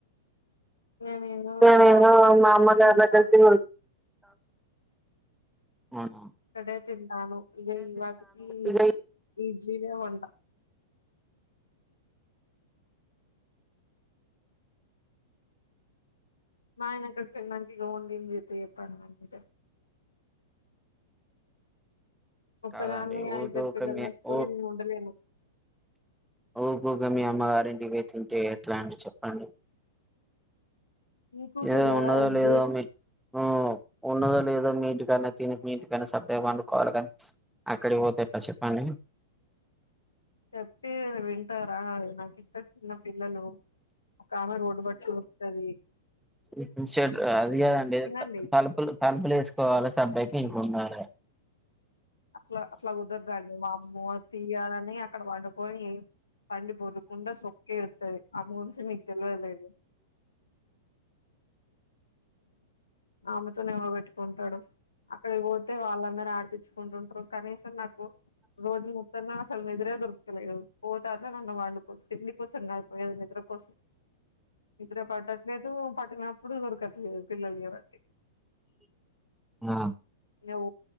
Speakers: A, on the left; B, in the centre.
A: ఇగ నేను
B: నేనేదో
A: మా అమ్మగారి
B: మా
A: దగ్గరికి
B: అమ్మోల్ల
A: వెళ్తాను
B: దగ్గరికి <unintelligible> అవునా
A: ఇక్కడే తింటాను ఇగ ఈ వాటికి
B: ఇదే
A: ఇడ్లీనే వంట మా ఆయన ఒక్కడికి మంచిగ వొడింది <unintelligible> అంటే ఒక్కదాన్నే
B: కాదండి ఊరికే
A: ఆ ఇద్దరు
B: ఊకే
A: పిల్లల్నేసుకొని
B: మీ ఊ
A: నేను ఉండలేను
B: ఊకూకే మీ అమ్మగారంటికి పోయి తింటే ఎట్లా అండి చెప్పండి
A: నీకూకే
B: ఏదో
A: కాదండి
B: ఉన్నదో లేదో మీ ఉమ్ ఉన్నదో లేదో మీ ఇంటికాన్నే తిని మీ ఇంటికాన్నే సప్పుడుదాకా పండుకోవాల గనీ ఆక్కడకీ పోతె ఎట్ల చెప్పండి
A: చెప్తే వింటారా నాకిద్దరు చిన్న పిల్లలు ఒకామె రోడ్డు బట్టుకొనుర్కుతది
B: ఉమ్ షట్ అది గాదండి
A: వినండి
B: తలుపులు తలుపులు ఏసుకోవాలె సప్పుడుదేక ఇంట్లో ఉండాలె
A: అట్ల అట్ల కుదరదండి వామ్మో తీయాలని అక్కడ పండుకొని పండి బొర్లుకుంటా సొక్కి ఎడుత్తది ఆమె గురించి మీకు తెల్వదు లేండి ఆమెతోని ఎవడు బెట్టుకుంటడు అక్కడికి పోతే వాళ్ళందరు ఆడిపిచ్చు కుంటుంటరు కనీసం నాకు రోజు తన్న అసలు నిద్రే దొరకుతలేదు పోతే అట్ల నన్న పండుకుం తిండి కోసం కాదు పోయేది నిద్ర కోసం నిద్ర పట్టట్లేదు పట్టినప్పుడు దొరకట్లేదు పిల్లల జేయబట్టి
B: ఆ
A: ఊ